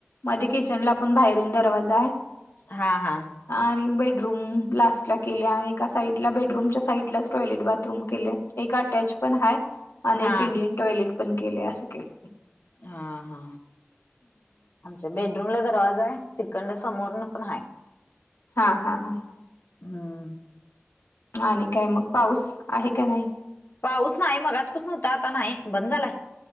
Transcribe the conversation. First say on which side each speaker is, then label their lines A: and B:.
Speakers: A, on the left; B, on the left.
A: मधे किचन ला पण बाहेरून दरवाजा ये.
B: हा हा
A: आणि बेडरूम लास्ट ला केले आहे एका साइडला बेडरूमच्या साईडलाच टॉयलेट बाथरूम केलय. एक अटॅच पण हाये आणि
B: हा
A: एक इंडियन टॉयलेट पण केले अस केल.
B: हा हा <unintelligible> बेडरूम ला दरवाजा आहे तिकडण समोर न पण हाये
A: हा हा हा
B: हम
A: आणि काय मग पाऊस आहे का नाही?
B: पाऊस नाही मघास पासण व्हता आता नाही बंद झालाय..